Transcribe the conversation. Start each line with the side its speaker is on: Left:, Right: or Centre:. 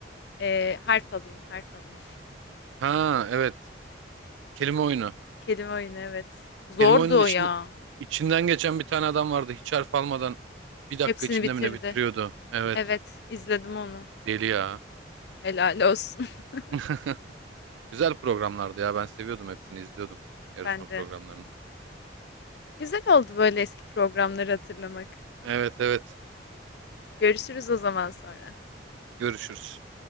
Left: Ee, harf alayım, harf alayım.
Right: Ha evet. Kelime oyunu.
Left: <laughs> Kelime oyunu evet. Zordu
Right: Kelime oyunun içinde,
Left: o ya.
Right: içinden geçen bir tane adam vardı. Hiç harf almadan bir dakika
Left: Hepsini
Right: içinde
Left: bitirdi.
Right: mi ne bitiriyordu? Evet.
Left: Evet, izledim onu.
Right: Deli ya.
Left: Helal olsun. <laughs>
Right: <laughs> Güzel programlardı ya. Ben seviyordum hepsini izliyordum. Yarışma
Left: Ben
Right: programlarını.
Left: de. Güzel oldu böyle eski programları hatırlamak.
Right: Evet evet.
Left: Görüşürüz o zaman sonra.
Right: Görüşürüz.